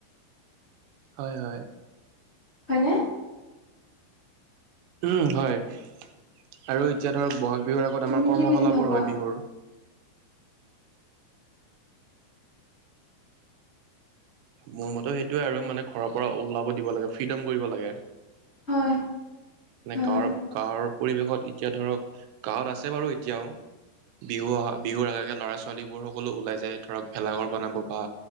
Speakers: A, on the right; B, on the left.
A: হয়, হয়।
B: হয়নে।
A: উম হয় আৰু এতিয়া ধৰক ব'হাগ বিহুৰ আগত
B: তুমি
A: আমাৰ কৰ্মশালাবোৰ
B: কি বুলি ভাবা
A: হয় বিহুৰ। মোৰ মতে সেইটোৱে আৰু মানে ঘৰৰ পৰা ওলাব দিব লাগে ফ্ৰীডম কৰিব লাগে।
B: হয়।
A: মানে
B: হয়
A: গাঁৱৰ গাঁৱৰ পৰিৱেশত এতিয়া ধৰক গাঁৱত আছে বাৰু এতিয়াও বিহু অহা বিহুৰ আগে ল'ৰা ছোৱালীবোৰ সকলো ওলাই যায় ধৰক ভেলাঘৰ বনাব বা